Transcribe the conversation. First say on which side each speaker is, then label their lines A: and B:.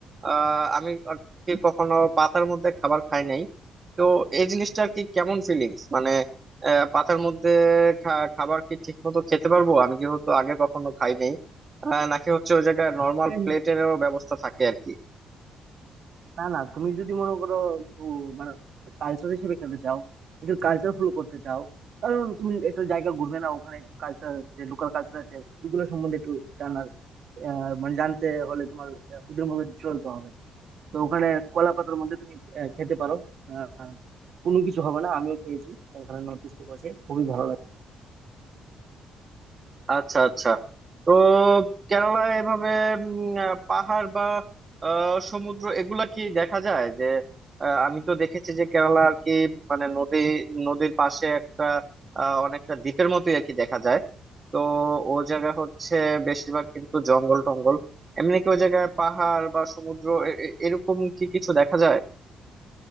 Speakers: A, on the right (about 30°); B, on the right (about 60°).
A: আহ, আমি আর কি কখনো পাতার মধ্যে খাবার খাই নাই তো এই জিনিসটার কি কেমন ফিলিংস মানে আহ, পাতার মধ্যে খা- খাবার কি ঠিক মতো খেতে পারবো আমি যেহেতু আগে কখনো খাই নাই আহ, নাকি হচ্ছে ওই জায়গায় নর্মাল
B: হ্যাঁ, হ্যাঁ,
A: প্লেটেরও
B: হ্যাঁ।
A: ব্যবস্থা থাকে আর কি
B: না না তুমি যদি মনে করো একটু মানে কালচার হিসেবে খেলতে চাও একটু কালচার ফলো করতে চাও কারণ তুমি একটা জায়গা ঘুরবে না ওখানে একটু কালচার যে লোকাল কালচার আছে ওগুলো সম্বন্ধে একটু জানার মানে জানতে হলে তোমার আহ, ওদের মতো চলতে হবে তো ওখানে কলা পাতার মধ্যে তুমি আহ, খেতে পারো আহ, কোনো কিছু হবে না আমিও খেয়েছি ওখানে নর্থ ইস্টে বসে খুবই ভালো লাগে
A: আচ্ছা আচ্ছা তো কেরালায় এভাবে উম, আহ, পাহাড় বা আহ, সমুদ্র এগুলা কি দেখা যায় যে আহ, আমি তো দেখেছি যে কেরালা আর কি মানে নদী নদীর পাশে একটা আহ, অনেকটা দ্বীপের মতোই আর কি দেখা যায় তো ও জায়গা হচ্ছে বেশিরভাগ কিন্তু জঙ্গল টঙ্গল এমনি কি ওই জায়গায় পাহাড় বা সমুদ্র এ- এ- এরকম কি কিছু দেখা যায়